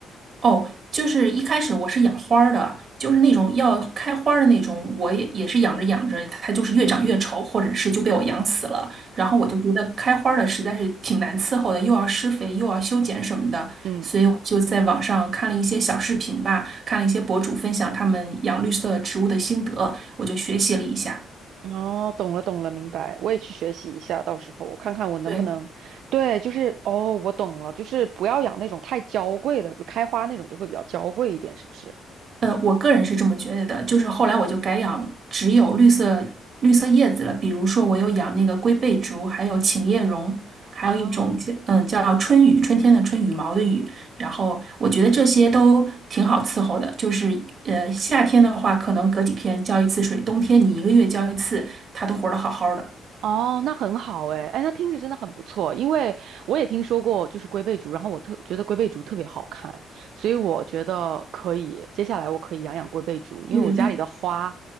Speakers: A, on the right; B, on the right.
A: 哦，就是一开始我是养花儿的，就是那种要开花儿的那种，我也也是养着养着，它就是越长越丑，或者是就被我养死了。然后我就觉得开花儿的实在是挺难伺候的，又要施肥，又要修剪什么的，
B: 嗯。
A: 所以我就在网上看了一些小视频吧，看了一些博主分享他们养绿色植物的心得，我就学习了一下。
B: 哦，懂了，懂了，明白。我也去学习一下，到时候我看看我能不能。
A: 对。
B: 对，就是哦，我懂了，就是不要养那种太娇贵的，开花那种就会比较娇贵一点，是不是？
A: 呃，我个人是这么觉得的，就是后来我就改养只有绿色绿色叶子了，比如说我有养那个龟背竹，还有琴叶榕，还有一种叫嗯叫春雨，
B: 啊，
A: 春天的春，羽毛的雨，然后我觉得这些都挺好伺候的，就是呃夏天的话，可能隔几天浇一次水，冬天你一个月浇一次，它都活得好好的。
B: 哦，那很好诶，哎，那听着真的很不错，因为我也听说过就是龟背竹，然后我特觉得龟背竹特别好看，所以我觉得可以，接下来我可以养养龟背竹，因为我家里的花
A: 对对对，